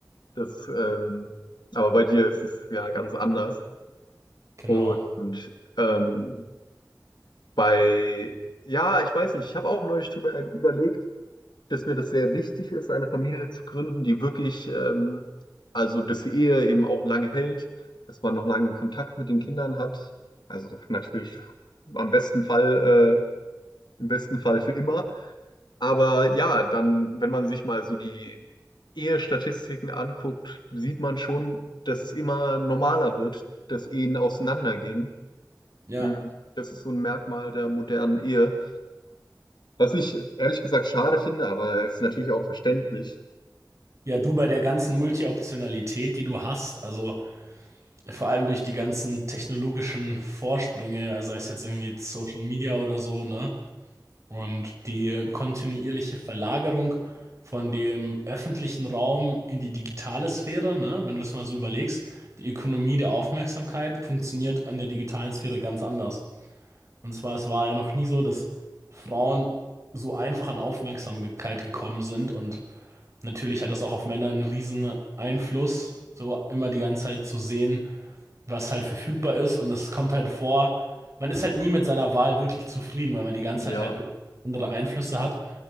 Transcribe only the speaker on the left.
Das, ähm, aber bei dir ist es ja ganz anders.
Und ähm, bei, ja, ich weiß nicht, ich habe auch neulich drüber überlegt, dass mir das sehr wichtig ist, eine Familie zu gründen, die wirklich, ähm, also dass die Ehe eben auch lange hält, dass man noch lange Kontakt mit den Kindern hat. Also natürlich am besten Fall. äh, im besten Fall für immer. Aber ja, dann, wenn man sich mal so die Ehestatistiken anguckt, sieht man schon, dass es immer normaler wird, dass Ehen auseinandergehen.
Mhm. Das ist so ein Merkmal der modernen Ehe. Was ich ehrlich gesagt schade finde, aber es ist natürlich auch verständlich.
Ja.